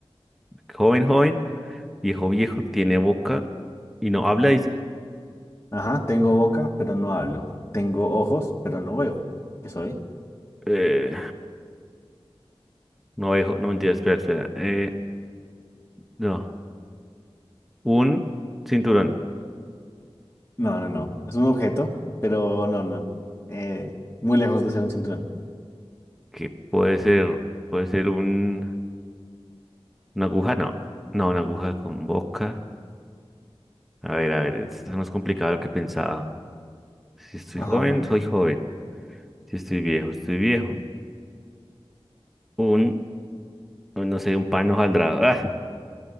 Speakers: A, in the centre; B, on the left.
A: Joven, joven. Viejo viejo, tiene boca y no habla, dice.
B: Ajá, tengo boca, pero no hablo. Tengo ojos, pero no veo. ¿Qué soy?
A: Eh, no viejo, no mentira, espera, espera. Eh, no, un cinturón.
B: No, no, no. Es un objeto, pero no, no. Eh, muy lejos de ser un cinturón.
A: Que puede ser, puede ser un, una aguja, no. No, una aguja con boca. A ver, a ver, esto es más complicado de lo que pensaba. Si estoy
B: Ajá.
A: joven, soy joven. Si estoy viejo, estoy viejo. Un, no sé, un pan hojaldrado. Ah,